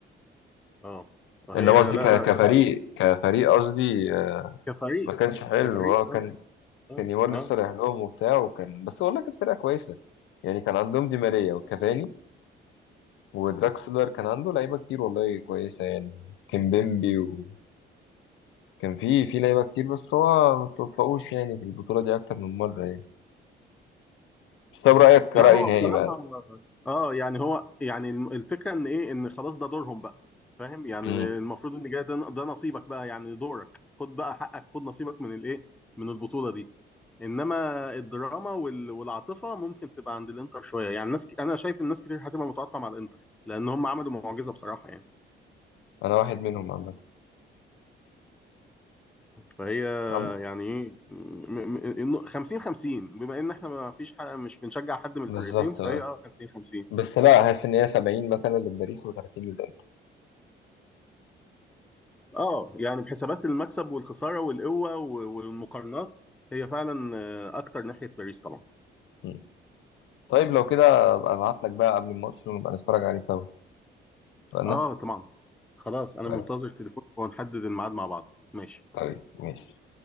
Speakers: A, in the centre; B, on the left.
A: اه فهي
B: انما قصدي
A: لا
B: ك-
A: لا
B: كفريق كفريق قصدي آه،
A: كفريق
B: ما كانش حلو
A: كفريق
B: اه كان
A: اه اه
B: كان نيمار
A: اه
B: لسه رايح لهم وبتاع وكان بس والله كانت فرقه كويسه يعني كان عندهم دي ماريا وكافاني ودراكسلر كان عنده لعيبه كتير والله كويسه يعني كيمبيمبي وكان في في لعيبه كتير بس هو ما توفقوش يعني في البطوله دي اكتر من مره يعني بس طب رايك كراي
A: لا هو
B: نهائي
A: بصراحة
B: بقى
A: اه يعني هو يعني الم- الفكرة ان ايه ان خلاص ده دورهم بقى فاهم يعني
B: مم.
A: المفروض ان جاي ده ده نصيبك بقى يعني دورك خد بقى حقك خد نصيبك من الايه من البطولة دي انما الدراما وال- والعاطفة ممكن تبقى عند الانتر شوية يعني ناس ك... انا شايف الناس كتير هتبقى متعاطفة مع الانتر لان هم عملوا معجزة بصراحة يعني
B: انا واحد منهم عامه
A: فهي
B: عم-
A: يعني ايه م- م- إنه 50 50 بما ان احنا ما فيش حاجة مش بنشجع حد من
B: بالظبط
A: الفرقتين فهي اه 50 50
B: بس لا حاسس ان هي 70 مثلا لباريس و30 للانتر
A: اه يعني بحسابات المكسب والخساره والقوه و- والمقارنات هي فعلا آه، اكتر ناحيه باريس طبعا
B: مم. طيب لو كده ابقى ابعت لك بقى قبل الماتش ونبقى نتفرج عليه سوا اتفقنا
A: اه طبعا خلاص انا
B: طيب
A: منتظر تليفونك ونحدد الميعاد مع بعض ماشي
B: طيب ماشي